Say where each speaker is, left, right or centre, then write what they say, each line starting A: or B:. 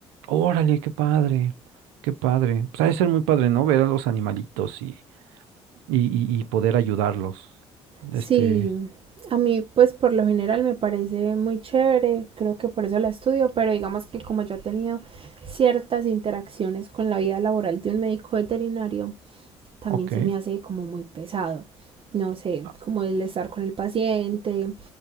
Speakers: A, on the right; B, on the right.
A: Órale, qué padre, qué padre. Pues ha de ser muy padre, ¿no? Ver a los animalitos y, y, y- y poder ayudarlos.
B: Sí,
A: Este,
B: a mí pues por lo general me parece muy chévere, creo que por eso la estudio, pero digamos que como yo he tenido ciertas interacciones con la vida laboral de un médico veterinario, también
A: ok,
B: se me hace como muy pesado. No sé,
A: ah,
B: como el estar con el paciente,